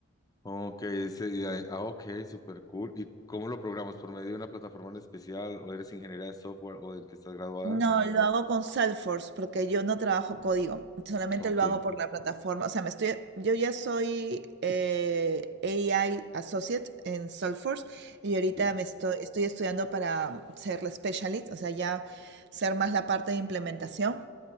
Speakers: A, on the left; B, on the right.
A: Ok, ese- ah, ok, super cool. ¿Y cómo lo programas? ¿Por medio de una plataforma en especial? ¿O eres ingeniera de software o del que estás graduada?
B: No, lo hago con Salesforce porque yo no trabajo código, solamente
A: Ok,
B: lo hago por la plataforma. O sea, me estoy, yo ya soy eh, AI Associate en Salesforce y ahorita
A: sí,
B: me estoy, estoy estudiando para ser la specialist, o sea, ya ser más la parte de implementación.